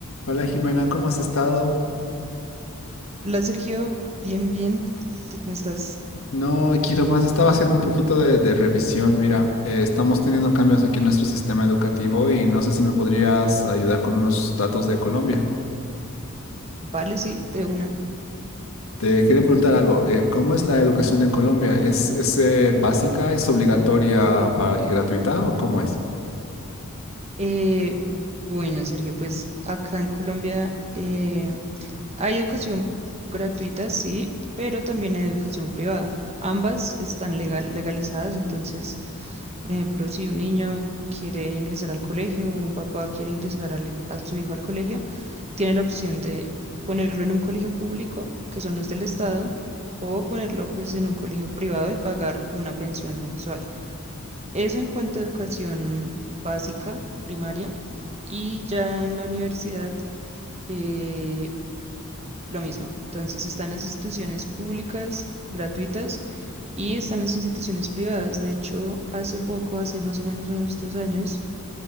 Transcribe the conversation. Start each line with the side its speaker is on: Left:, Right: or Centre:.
Left: Hola Jimena, ¿cómo has estado?
Right: Hola Sergio, bien, bien. ¿Tú cómo estás?
Left: No, aquí nomás estaba haciendo un poquito de, de revisión. Mira, eh, estamos teniendo cambios aquí en nuestro sistema educativo y no sé si me podrías ayudar con unos datos de Colombia.
Right: Vale, sí, de una.
Left: Te quería preguntar algo, eh, ¿cómo es la educación en Colombia? ¿Es, es, eh, básica, es obligatoria pa- y gratuita o cómo es?
Right: Eh, bueno, Sergio, pues acá en Colombia eh, hay educación gratuita, sí, pero también hay educación privada. Ambas están legal, legalizadas, entonces, por ejemplo, si un niño quiere ingresar al colegio o un papá quiere ingresar al- a su hijo al colegio, tiene la opción de ponerlo en un colegio público, que son los del Estado, o ponerlo pues en un colegio privado y pagar una pensión mensual. Eso en cuanto a educación básica, primaria, y ya en la universidad eh, lo mismo. Entonces están las instituciones públicas, gratuitas, y están las instituciones privadas. De hecho, hace poco, hace más o menos unos dos años,